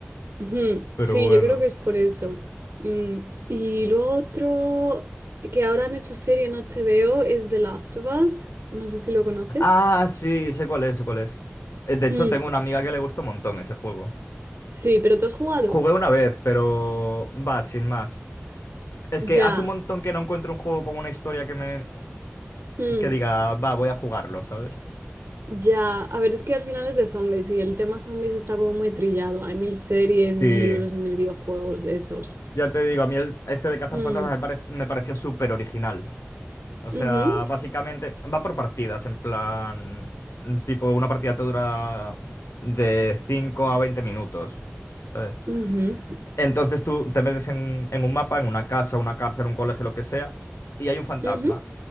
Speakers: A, on the right; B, on the left.
A: Ujú,
B: Pero
A: Sí,
B: bueno.
A: yo creo que es por eso. Mm, Y luego otro que ahora han hecho serie en HBO es The Last of Us. No sé si lo conoces.
B: Ah, sí, sé cuál es, sé cuál es. Eh, De hecho,
A: Mm,
B: tengo una amiga que le gusta un montón ese juego.
A: Sí, pero ¿tú has jugado?
B: Jugué una vez, pero va, sin más. Es
A: Ya.
B: que hace un montón que no encuentro un juego con una historia que me...
A: mm,
B: que diga, va, voy a jugarlo, ¿sabes?
A: Ya. A ver, es que al final es de zombies y el tema zombies está como muy trillado. Hay mil series y
B: Sí.
A: mil libros y mil videojuegos de esos.
B: Ya te digo, a mí el- este de cazar
A: Mm,
B: fantasmas me, pare- me pareció súper original. O
A: ujú,
B: sea, básicamente va por partidas, en plan, tipo, una partida te dura de 5 a 20 minutos, ¿sabes?
A: ujú,
B: Entonces tú te metes en, un- en un mapa, en una casa, una cárcel, un colegio, lo que sea, y hay un fantasma.
A: ujú,